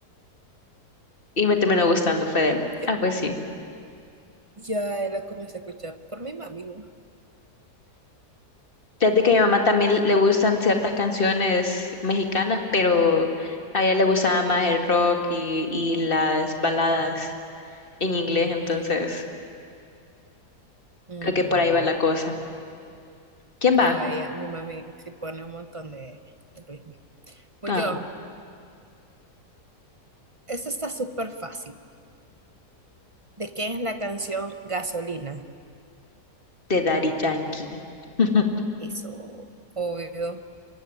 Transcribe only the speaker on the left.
Y me terminó gustando, fue de,
ah, pues sí.
Desde que a mi mamá también le gustan ciertas canciones mexicanas, pero a ella le gustaba más el rock y, y las baladas en inglés, entonces
creo que por ahí va la cosa. ¿Quién va?
Ah,
de Daddy Yankee. <laughs>